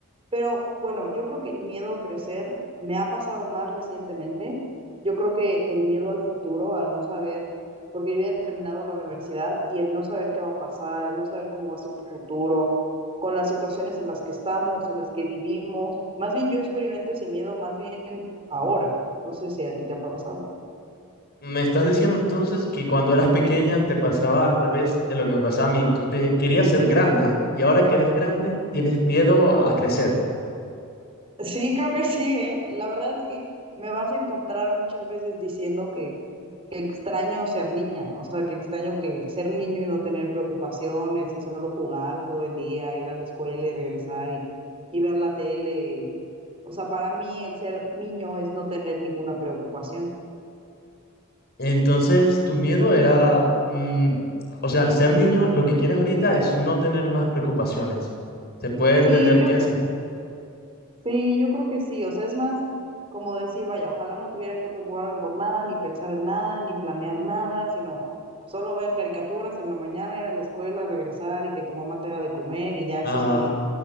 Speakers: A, on the right; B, on the left.
A: Pero bueno, yo creo que el miedo a crecer me ha pasado más recientemente. Yo creo que el miedo al futuro, al no saber, porque yo ya he terminado la universidad y el no saber qué va a pasar, el no saber cómo va a ser tu futuro con las situaciones en las que estamos, en las que vivimos. Más bien yo experimento ese miedo más bien ahora. No sé si a ti te ha pasado.
B: ¿Me estás diciendo entonces que cuando eras pequeña te pasaba al revés de lo que me pasaba a mí? Tú te querías ser grande y ahora que eres grande tienes miedo a crecer.
A: Sí, creo que sí, ¿eh? La verdad es que me vas a encontrar muchas veces diciendo que, que extraño ser niña, o sea, que extraño que ser un niño y no tener preocupaciones y solo jugar todo el día, ir a la escuela y regresar y, y ver la tele. O sea, para mí el ser niño es no tener ninguna preocupación.
B: Entonces, tu miedo era, mm, o sea, al ser niño, lo que quieres ahorita es no tener más preocupaciones. ¿Se puede
A: Sí,
B: entender
A: yo
B: qué hace?
A: Sí, yo creo que sí, o sea, es más como decir, vaya, ojalá no tuviera que preocuparme por nada, ni pensar en nada, ni planear nada, sino solo ver caricaturas en la mañana, ir a la escuela, regresar y que tu mamá te haga de comer y ya ese
B: Ah,
A: es tu día,